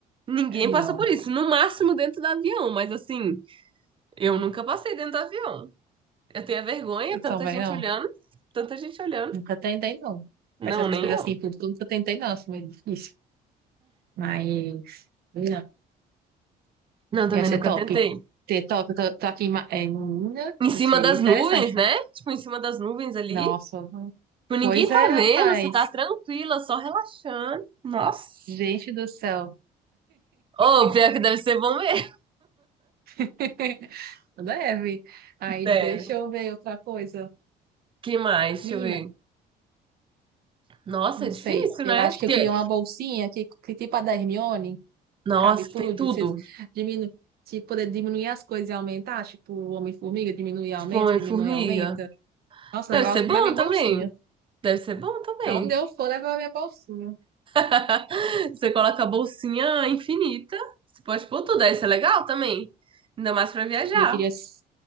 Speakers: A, on the right (about 30°); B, on the right (about 65°).
A: Ninguém
B: É, Não,
A: passou por isso. No máximo dentro do avião, mas assim, eu nunca passei dentro do avião. Eu tenho a vergonha,
B: eu
A: tanta
B: também
A: gente
B: não.
A: olhando, tanta gente olhando.
B: Nunca tentei, não.
A: Não,
B: Essas
A: nem
B: coisas
A: eu.
B: assim, tudo, tudo que eu tentei, não, assim, meio difícil. Mas, não,
A: Não, também
B: ia ser
A: nunca
B: top.
A: tentei.
B: Ser top, eu tô, tô aqui em, Ma- é, em Minas,
A: Em cima
B: seria
A: das
B: interessante.
A: nuvens, né? Tipo, em cima das nuvens ali.
B: Nossa,
A: Tipo,
B: pois
A: ninguém tá
B: é, rapaz.
A: vendo, você tá tranquila, só relaxando. Nossa.
B: Gente do céu.
A: Ô, pior que deve ser bom mesmo.
B: <laughs> Deve. Aí,
A: Deve.
B: deixa eu ver outra coisa.
A: Que mais?
B: Menina,
A: Deixa eu ver. Nossa,
B: não
A: é difícil,
B: sei. Eu
A: né?
B: acho
A: Porque,
B: que eu queria uma bolsinha que, que tipo a da Hermione.
A: nossa,
B: cabe tudo,
A: tem tudo.
B: você diminu se poder diminuir as coisas e aumentar, tipo o Homem-Formiga, diminui e aumenta,
A: Tipo, uma
B: diminui
A: formiga.
B: e aumenta. Nossa,
A: Deve
B: levar
A: ser
B: tudo
A: bom
B: na minha bolsinha.
A: também. Deve ser bom também.
B: Pra onde eu for, levar a minha bolsinha.
A: <laughs> Você coloca a bolsinha infinita. Você pode pôr tudo, aí isso é legal também. Ainda mais pra viajar.
B: E eu queria s-